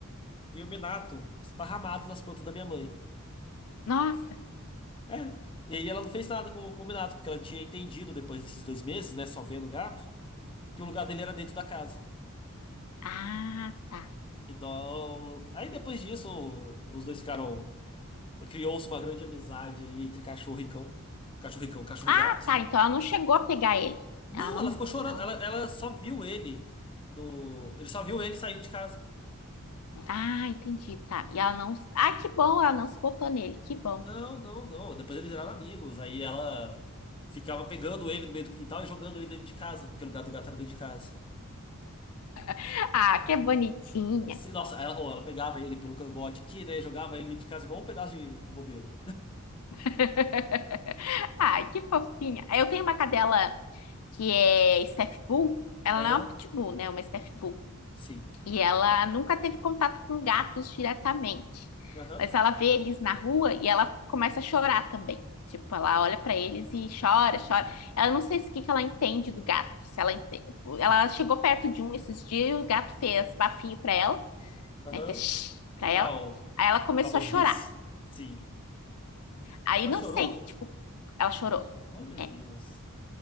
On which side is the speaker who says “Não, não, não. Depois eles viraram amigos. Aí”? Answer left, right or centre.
Left